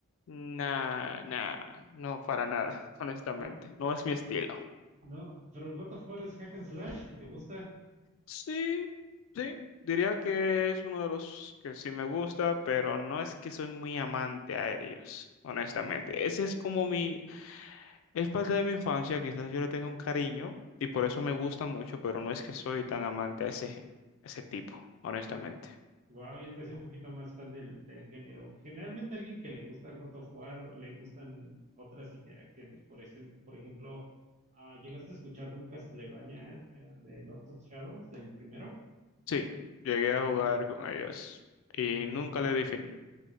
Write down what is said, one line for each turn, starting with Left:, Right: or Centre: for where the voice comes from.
Left: Nah, nah, no para nada, honestamente.
Right: No,
Left: No es mi estilo.
Right: eh, no, pero God of War es hack and slash y te gusta.
Left: Sí, sí. Diría que es uno de los que sí me gusta, pero no es que soy muy amante a ellos, honestamente.
Right: Mm,
Left: Ese es como mi, es parte de mi infancia, quizás yo le tenga un cariño y por
Right: ujú.
Left: eso me gusta mucho, pero no es que soy tan amante a ese, gen- ese tipo, honestamente.
Right: Wow, yo te soy un poquito más fan del, del género. Generalmente a alguien que le gusta God of War le gustan otras interacciones. Por ese- por ejemplo, ah, ¿llegaste a escuchar de un Castlevania eh, de Lords of Shadows, del primero?
Left: Sí, llegué a
Right: El,
Left: jugar con ellos y
Right: el-
Left: nunca
Right: el-
Left: le di fin.